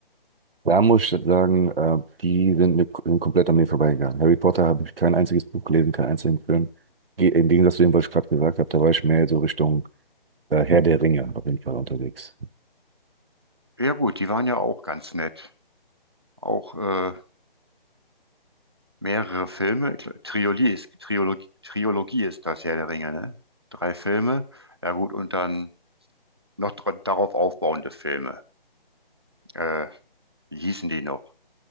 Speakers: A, on the right; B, on the right.
A: Da muss ich sagen, äh, die sind, mir, sind komplett an mir vorbeigegangen. Harry Potter habe ich kein einziges Buch gelesen, keinen einzigen Film. Ge- Im Gegensatz zu dem, was ich gerade gesagt habe, da war ich mehr so Richtung äh, Herr der Ringe auf jeden Fall unterwegs.
B: Ja gut, die waren ja auch ganz nett. Auch äh, mehrere Filme. Ich glaub, Trilogie ist, Triologie, Triologie ist das Herr der Ringe, ne? Drei Filme. Ja gut, und dann noch dr- darauf aufbauende Filme. Äh, wie hießen die noch?